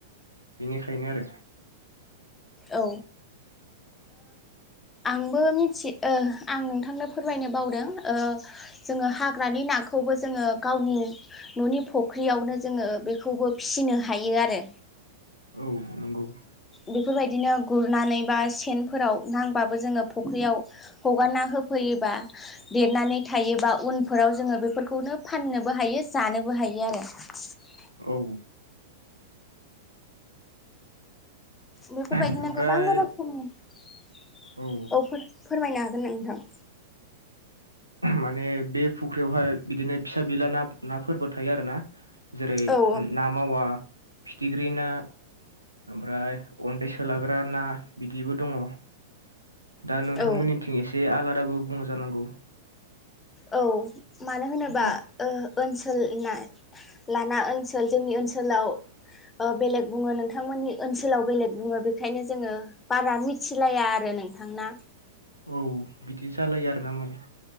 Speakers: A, on the right; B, on the left.
A: बेनिखायनो आरो
B: औ आंबो मिथि आं नोंथांनो फोरमायनो बावदों जोङो हाग्रानि ना खौबो जोङो गावनि न'नि फुख्रियावनो जोङो बेखौबो फिसिनो हायो आरो।
A: औ नंगौ।
B: बेफोरबायदिनो गुरनानै बा सेनफोराव नांबाबो जोङो फुख्रियाव हगारना होफै देरनानै थायोबा उनफोराव जोङो बेफोरखौनो फाननोबो हायो जानोबो हायो आरो। आरो
A: औ
B: बेफोरबायदिनो
A: ओमफ्राय
B: गोबां रोखोमनिफोर
A: औ औ
B: फोरमायनो हागोन नोंथां।
A: माने बे फुख्रियावहाय बिदिनो फिसा बिला ना नाफोरबो थायो आरोना। जेरै
B: औ
A: ना मावा फिथिख्रि ना ओमफ्राय उन्न्दै सोलाग्रा ना बिदिबो दङ'। दा नोंथांमोननिथिं
B: औ
A: एसे आलादाबो बुंङो जानांगौ।
B: औ मानो होनोबा
A: दा
B: ओनसोल ना लाना ओनसोल जोंनि ओनसोलाव बेलेग बुङो नोंथांमोननि ओनसोलाव बेलेग बुङो बेखायनो जोङो बारा मिथिलाया आरो। नोंथां ना
A: औ बिदि जालायो आरो ना माने